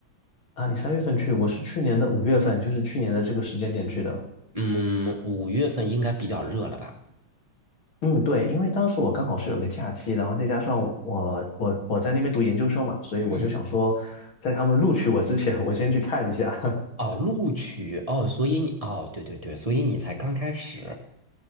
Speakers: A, on the left (about 80°); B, on the right (about 15°).
A: 啊，你三月份去，我是去年的五月份，就是去年的这个时间点去的。
B: 嗯，五月份应该比较热了吧？
A: 嗯，对，因为当时我刚好是有个假期，然后再加上我我我在那边读研究生嘛，所以我就想说，
B: 嗯，
A: 在他们录取我之前，我先去看一下。<laughs>
B: 哦，录取哦，所以你哦，对对对，所以你才刚开始。